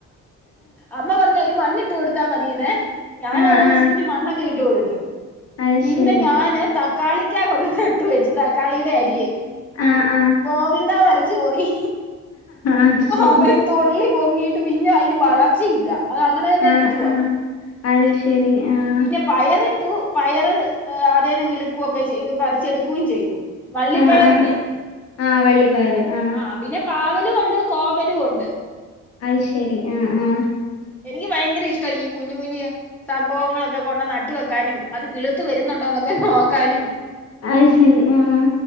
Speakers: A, in the centre; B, on the left.
A: അമ്മ പറഞ്ഞ് അയിന് മണ്ണിട്ട് കൊടുത്താ മതീന്നെ ഞാനതനുസരിച്ച്
B: ആ ആ
A: മണ്ണൊക്കെ ഇട്ട് കൊടുത്തു,
B: അത്
A: പിന്നെ
B: ശരി.
A: ഞാന് തക്കാളിക്കാ കൊണ്ട് നട്ട് വെച്ചു, തക്കാളിയുടെ അരിയെ.
B: ആ ആ ആ,
A: ഗോവിന്ദ വര ച്ച് പോയി,
B: അത് ശരി.
A: അതൊരു തൊള്ളി പൊങ്ങി യിട്ട് പിന്നെ അയിന് വളർച്ചയില്ല, അത് അങ്ങനെ തന്നെ
B: ആ
A: നിക്കുവാ
B: ആ അത് ശരി ആഹ്
A: പിന്നെ പയറിട്ടു പയറ് അതേന്ന് കിളിക്കുവൊക്കെ ചെയ്തു, പറിച്ചെടുക്കുകയും ചെയ്തു വള്ളിപ്പയറില്ലേ
B: ആ ആ ആ വള്ളിപ്പയറ് ആ
A: ആഹ് പിന്നെ പാവലും ഒണ്ട് കോവലും ഒണ്ട്
B: അയ് ശെരി ആഹ് ആഹ്
A: എനിക്ക് ഭയങ്കര ഇഷ്ടാ ഈ കുഞ്ഞു കുഞ്ഞു സംഭവങ്ങളൊക്കെ കൊണ്ട് നട്ട് വെക്കാനും അത് കിളുത്ത് വരുന്നുണ്ടോ എന്നൊക്കെ നോക്കാനും
B: ആയ് ശെരി ആഹ്